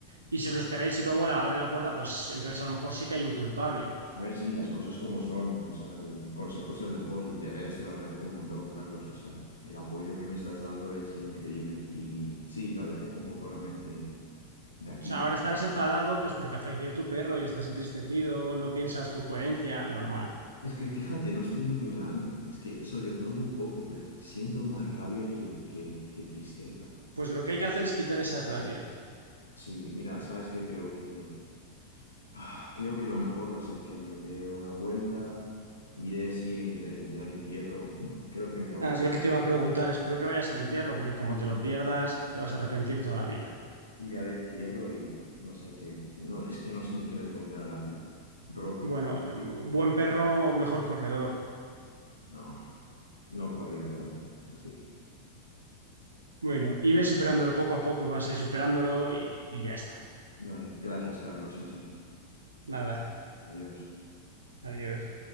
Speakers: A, on the right; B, on the left.
A: Y si os lo esperáis y tu abuela abre la puerta, pues entonces a lo mejor sí que hay un culpable.
B: a ver, sí, las cosas como son, o sea, el consejo es el mejor y de veras te lo agradezco un montón, Carlos, o sea, el apoyo que me estás dando es increíble y sí, tal vez tengo un poco la mente. De aquí
A: O sea,
B: para
A: ahora estarás enfadado,
B: pero-
A: pues porque ha fallecido tu perro y estás entristecido, no piensas con coherencia, normal.
B: Es que fíjate, no estoy ni llorando. Es que sollozando un poco, pero siento más rabia que, que, que tristeza.
A: Pues lo que hay que hacer es quitar esa rabia.
B: Sí, mira, ¿sabes qué? Creo que, ah, creo que lo mejor va a ser que me dé una vuelta. Iré, sí, iré, iré al entierro. <laughs> Creo que mi abuela...
A: Ah, es
B: estuvo
A: lo que te iba
B: ahí.
A: a preguntar. Espero que vayas al entierro, porque como
B: Sí,
A: te lo pierdas, te vas a arrepentir toda la vida.
B: iré al entierro y no sé qué. No, es que no sé ni qué le pondré a la lápida. Rocco.
A: Bueno, eh, buen perro, mejor corredor.
B: No, no corría tanto. Así que
A: Bueno, y ves superándolo poco a poco, vas a ir superándolo y, y ya está.
B: lo haré. Gracias, Carlos. en serio.
A: Nada,
B: Adiós.
A: adiós.